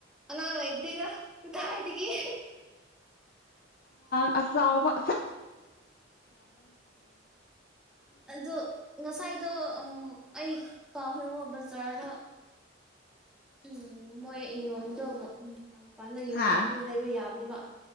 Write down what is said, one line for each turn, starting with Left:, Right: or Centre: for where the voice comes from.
Centre: ꯅꯥꯡꯂ ꯏꯗꯒ ꯀꯥꯏꯗꯒꯤ
Left: ꯑ ꯑꯥꯎꯕ
Centre: ꯑꯗꯨ ꯉꯁꯥꯏꯗꯣ ꯑ ꯑꯩ ꯀꯥꯎꯈ꯭ꯔꯦ ꯋꫭ ꯕꯖꯥꯔꯗ ꯎꯝ ꯃꯣꯏ ꯑꯩ ꯌꯣꯟꯕꯗꯣ ꯑꯃꯨꯛ ꯃꯄꯥꯟ ꯃꯄꯥꯟꯗ ꯌꯣꯟꯕꯗꯣ
Left: ꯍꯥ
Centre: ꯑꯗꯨ ꯂꯩꯕ ꯌꯥꯕꯅꯦꯕ꯫